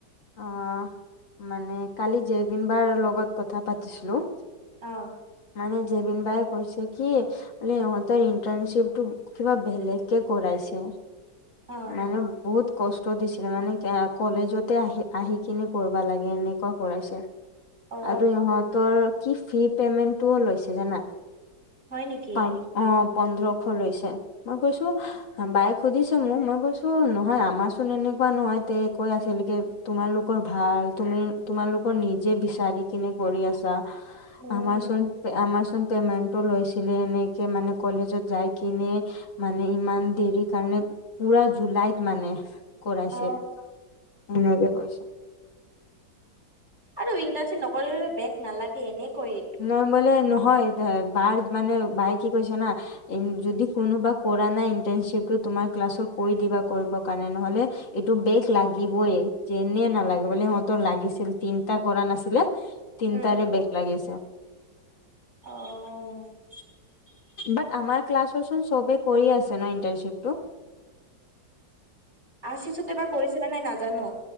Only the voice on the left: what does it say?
অঁহ', মানে কালি জেবিন বাৰ লগত কথা পাতিছিলোঁ।
মানে জেবিন বায়ে কৈছে কি- বোলে ইহঁতৰ ইন্টাৰ্নশ্বিপ টো কিবা বেলেগে কৰাইছে।
মানে বহুত- কষ্ট দিছিলে মানে কলেজতে আহি-আহি কিনি কৰিব লাগে এনেকুৱা কৰাইছে।
আৰু ইহঁতৰ কি ফ্ৰী পেমেন্টটোও লৈছে জানা।
পাম অঁ', পোন্ধৰশ লৈছে। মই কৈছো- বায়েক সুধিছে মোক মই কৈছো নহয় আমাৰ চোন এনেকুৱা নহয় এইয়াতে কৈ আছিল যে- তোমালোকৰ ভাল, তুমি তোমালোকৰ নিজে বিচাৰি কিনে কৰি আছা।
আমাৰচোন, আমাৰচোন পেমেন্টো লৈছি- লে। এনেকে মানে কলেজত যাই কিনি মানে ইমান দেৰি কাৰণে- পুৰা জুলাইত মানে কৰাইছিল
সেনেকে কৈছিল।
নহয় মানে নহয়, বাই কি কৈছে মানে কি কৈছে জানা- এন যদি কোনোবা কৰা নাই ইন্টাৰ্নশ্বিপটো তোমাৰ ক্লাছৰ কৈ দিবা কৰিব কাৰণে নহ'লে- এইটো বেগ লাগিবই যেনে নালাগে বোলে সিহঁতৰ লাগিছিল তিনটা কৰা নাছিলে- তিনিটাৰে
বেগ লাগিছে।
বাট আমাৰ ক্লাছৰচোন চবে কৰি আছে ন ইন্টাৰ্নশ্বিপটো টো?